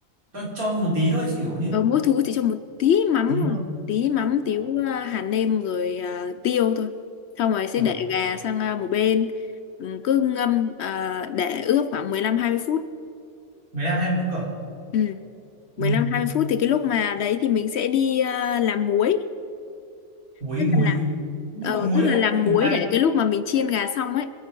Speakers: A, on the right; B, on the left.
A: tôi cho một tí thôi chỉ kiểu như
B: Ờ, mỗi thứ chỉ cho một tí mắm
A: tí
B: thôi
A: thôi
B: tí mắm
A: ờ
B: tí à, hạt nêm rồi à, tiêu thôi xong rồi sẽ
A: ờ,
B: để gà sang à, một bên ừ, cứ ngâm à, để ướp khoảng mười lăm hai mươi phút
A: mười lăm hai mươi phút cơ
B: ừ.
A: ừ.
B: mười lăm hai mươi phút thì cái lúc mà đấy thì mình sẽ đi à, làm muối
A: muối
B: tức
A: muối
B: là làm
A: nhưng
B: ờ,
A: mà muối
B: tức là
A: hay,
B: làm
A: hay bột
B: muối
A: canh
B: để cái lúc mà mình chiên gà xong ấy